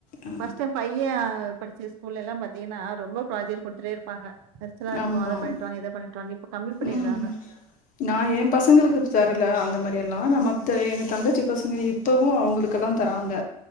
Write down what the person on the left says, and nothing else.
ஆ
ஆமாம்
உம் நா ஏ பசங்களுக்கு தரல அந்த மாரி எல்லா நம்ம எங்க தங்கச்சி பசங்க இப்பவு அவங்களுக்கெல்லா தராங்க